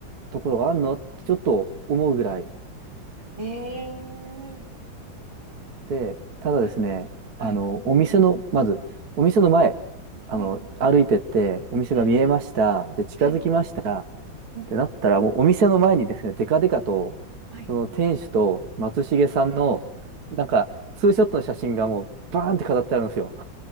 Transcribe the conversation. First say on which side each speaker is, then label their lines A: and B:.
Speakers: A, on the right; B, on the right.
A: ところがあるのってちょっと思うぐらい。
B: ええー
A: で、ただですね、
B: はいはい
A: あの、お店の、まず、お店の前、あの、
B: うんうん
A: 歩いてって、お店が見えました、
B: はい
A: で、近づきましたっ
B: はいうん
A: てなったら、もうお店の前にですね、デカデカと、
B: はい
A: その店主と松重さんの、なんか、ツーショットの写真がもう、バーンって飾ってあるんですよ。